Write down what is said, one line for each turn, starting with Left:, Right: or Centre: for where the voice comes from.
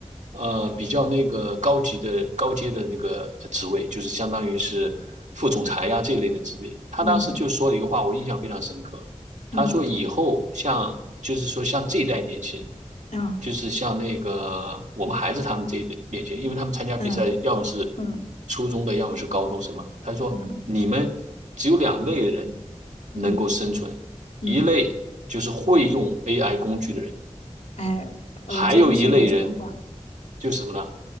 Right: 呃比较那个高级的高阶的那个呃职位，就是相当于是副总裁呀、这类的职位。他当时就说了一个话，
Left: 嗯
Right: 我印象非常深刻。
Left: 嗯
Right: 他说以后像就是说像这一代年轻人，
Left: 啊
Right: 就是像那个我们孩子他们这一代年轻人，因为他们参加比赛要么是
Left: 嗯嗯嗯
Right: 初中的，要么是高中生嘛。他说你们只有两类人
Left: 嗯。嗯嗯
Right: 能够生存，
Left: 嗯嗯，
Right: 一类就是会用 AI 工具的人，
Left: 哎，哎我真听过这个话，
Right: 还有一类人就是什么呢？